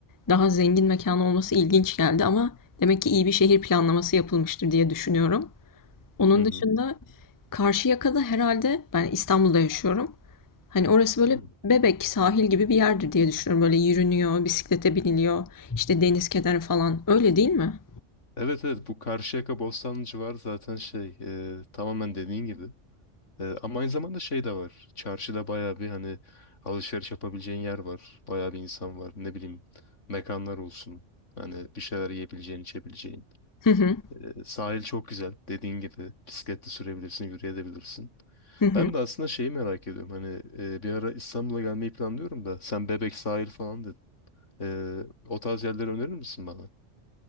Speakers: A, on the left; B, on the left.
A: daha zengin mekan olması ilginç geldi ama demek ki iyi bir şehir planlaması yapılmıştır diye düşünüyorum. Onun
B: Hı hı.
A: dışında Karşıyaka'da herhalde ben İstanbul'da yaşıyorum. Hani orası böyle
B: Hmm.
A: Bebek sahil gibi bir yerdir diye düşünüyorum. Böyle yürünüyor, bisiklete biniliyor, işte deniz kenarı falan. Öyle değil mi?
B: Evet evet bu Karşıyaka Bostanlı civarı zaten şey ee, tamamen dediğin gibi. Ee, ama aynı zamanda şey de var. Çarşıda bayağı bir hani alışveriş yapabileceğin yer var. Bayağı bir insan var. Ne bileyim mekanlar olsun. Hani bir şeyler yiyebileceğin, içebileceğin.
A: Hı hı.
B: Ee, sahil çok güzel. Dediğin gibi bisikletle sürebilirsin, yürüyebilirsin.
A: Hı hı.
B: Ben de aslında şeyi merak ediyorum. Hani e, bir ara İstanbul'a gelmeyi planlıyorum da sen Bebek sahil falan dedin. Ee, o tarz yerleri önerir misin bana?